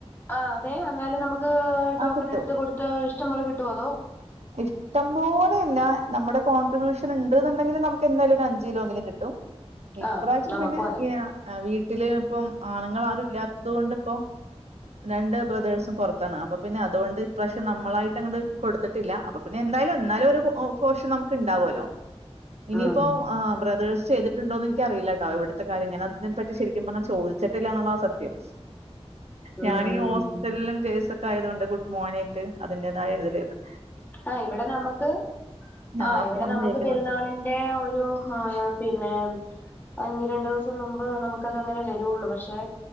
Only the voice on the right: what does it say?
ആഹ് കിട്ടും
ഇഷ്ടം പോലെയില്ല നമ്മുടെ കോൺട്രിബ്യൂഷൻ ഉണ്ട് എന്നുണ്ടെങ്കില് നമുക്ക് എന്തായാലും ഒരു അഞ്ച് കിലോ എങ്കിലും കിട്ടും ഇപ്രാവശ്യം
പിന്നെ
ഈ ആഹ് വീട്ടില് ഇപ്പം ആണുങ്ങളാരു ഇല്ലാത്തത് കൊണ്ട് ഇപ്പൊ രണ്ട് ബ്രദേഴ്സും പൊറത്താണ് അപ്പൊ പിന്നെ അതുകൊണ്ട് ഇപ്രാശ്യം നമ്മളായിട്ടങ്ങട് കൊടു ത്തിട്ടില്ല അപ്പൊ പിന്നെ എന്തായാലും എന്നാലും ഒരു പൊ പോഷൻ നമുക്ക് ഇണ്ടാവോല്ലോ ഇനിയിപ്പോ
ആഹ് ബ്രദേഴ്സ് ചെയ്തിട്ടുണ്ടോന്ന് എനിക്കറിയില്ലാട്ടോ ഇവിടുത്ത കാര്യയെങ്ങന അതിനെ പറ്റി ശരിക്കും പറഞ്ഞ ചോദിച്ചിട്ടില്ലാന്നുള്ളതാ സത്യം ഞാനീ
ഹോസ്പിറ്റലിലും കേസൊക്കെ ആയതോണ്ട് കുട് മോനായിട്ട് അതിന്റേതായിതിലിണ്
നാളെ
പോണംന്ന്
വിചാരിക്കുന്നു